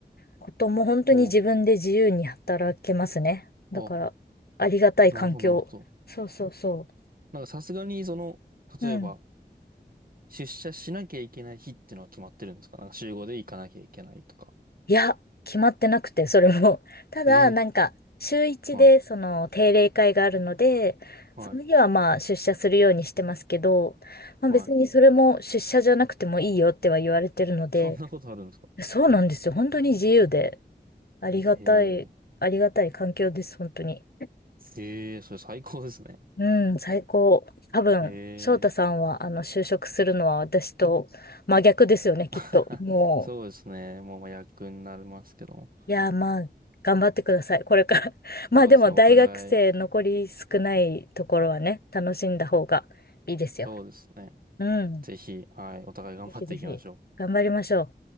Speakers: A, on the left; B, on the right.
A: ことも本当に自分で自由に働けますね。
B: お、あ、
A: だから、ありがたい環境。
B: なるほど、なるほど。
A: そうそうそ
B: なんかさすがに、その、
A: う。
B: 例えば、
A: うん。
B: 出社しなきゃいけない日っていうのは決まってるんですかなんか週5で行かなきゃいけないとか。
A: いや、決まってなくて、それも。<laughs> ただ、
B: ええ
A: なんか、週一で、
B: ーはい、
A: その、定例会があるので、
B: はい、
A: その日はまあ、出社するようにしてますけど、まあ別にそれも出社じゃなくてもいいよっては言われてるので、
B: はい。そんなことあるんですか
A: そうなんですよ。本当に自由で、ありがたい、
B: ええ
A: ありがたい環境です、本当に。
B: ええ、それ最高ですね。
A: うん、最高。多分、
B: え
A: 翔太さんは、
B: え。
A: あの、就職するのは私と真逆ですよね、きっと。
B: <laughs>
A: もう、
B: そうですね。もうまあ役になりますけども。
A: いやー、まあ、頑張ってください、これから。<laughs> まあでも、
B: そうですね。
A: 大学生残り少ないところはね、
B: お互い、
A: 楽しんだ方がいいですよ。
B: そうですね。
A: うん。
B: ぜひ、はい、お互い頑張っていきましょ
A: ぜひぜひ、頑張りましょう。